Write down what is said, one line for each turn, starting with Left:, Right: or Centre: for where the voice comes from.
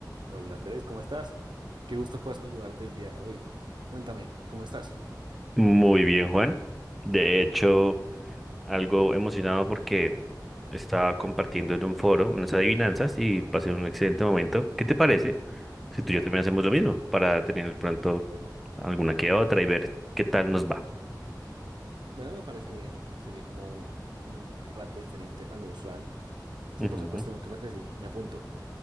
Right: Hola Andrés, ¿cómo estás? Qué gusto poder saludarte el día de hoy. Cuéntame, ¿cómo estás?
Centre: Muy bien, Juan. De hecho, algo emocionado porque estaba compartiendo en un foro unas adivinanzas y pasé un excelente momento. ¿Qué te parece si tú
Right: Wow.
Centre: y yo también hacemos lo mismo para tener pronto alguna que otra y ver qué tal nos va?
Right: Bueno, me parece bien. Sería como un, un rato diferente a lo usual. Sí,
Centre: Ujú,
Right: por supuesto, me- creo que sí, me apunto.